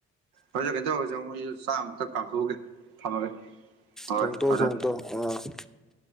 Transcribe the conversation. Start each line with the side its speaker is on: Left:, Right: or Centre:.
Right: ꯍꯣꯏꯁꯦ ꯀꯩꯅꯣ ꯇꯧꯔꯁꯦ ꯑꯃꯨꯛ ꯑꯩꯁꯨ ꯆꯥꯝꯃꯨꯛꯇ ꯀꯥꯞꯊꯣꯛꯑꯒꯦ ꯊꯝꯃꯒꯦ ꯍꯣꯏ
Centre: ꯊꯣꯡ ꯇꯣ
Right: ꯊꯝꯃꯦ ꯊꯝꯃꯦ
Centre: ꯊꯣ ꯇꯣ ꯑ ꯎ